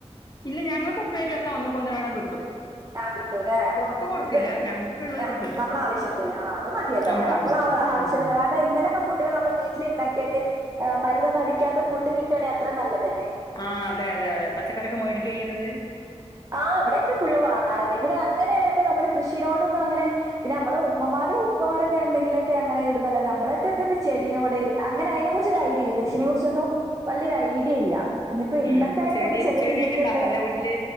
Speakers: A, on the left; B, on the right.
A: ഇല്ല ഞങ്ങൾക്ക് ഉപ്പരുയക്കെ ഒന്നകൊ ഒന്നരാടം കിട്ടും
B: ആഹ് കിട്ടൂല്ലേ
A: പൊറത്ത് കൊടുക്കില്ല
B: ഇപ്പൊ
A: ഞങ്ങൾക്കുള്ളതൊക്കെ
B: ആഹ്
A: കിട്ടും
B: നമ്മള ആവശ്യത്തിന് ആഹ് അത് മ തിയല്ലോ
A: നമ്മുടെ
B: നമ്മള
A: ആവശ്യത്തിന്
B: ആവശ്യത്തിന്
A: ഉം
B: ഇങ്ങനെയൊക്ക ഫുഡ്ഡ്കൾ നമ്മള് വീട്ട്ല് ഇണ്ടാക്കിയിട്ട് മരുന്നൊന്നും അടിക്കാത്ത ഫുഡ്ഡ് കിട്ടാണെ അത്രെ നല്ലതല്ലെ
A: ആഹ് അതെ അതെ അതെ പച്ചക്കറിയൊക മേടിക്ക ഇയ്യ്ണത്
B: ആഹ് ഇവിടെക്കെ ഫുള്ള് വാങ്ങാറന്നെ. ഇവിടെ അങ്ങനെ ആണ്ട് നമ്മള് കൃഷിനോടൊന്നും അങ്ങനെ പിന്നെ നമ്മളെ ഉ ഉമ്മമാരും ഉപ്പമാരും ഒക്കെ എന്തെങ്കിലൊക്കെ അങ്ങനെ ഇടുംന്നല്ലാതെ നമ്മളൊക്കെക്കെ ചെടിനോട് അങ്ങനെ അയിനെ കുറിച്ചൊരു ഐഡിയല്ല കൃഷിനെ കുറിച്ചൊന്നും വല്ല്യൊര ഐഡിയല്ല ഇന്നിപ്പ
A: ഉം
B: ഇണ്ടാക്കാണെങ്കി
A: ചെടി
B: തന്നെ ചെറിയ
A: ചെടിയൊക്കെ
B: രീതിക്കൊക്കെ
A: ഇണ്ടാക്കുംല്ലേ വീട്ടില്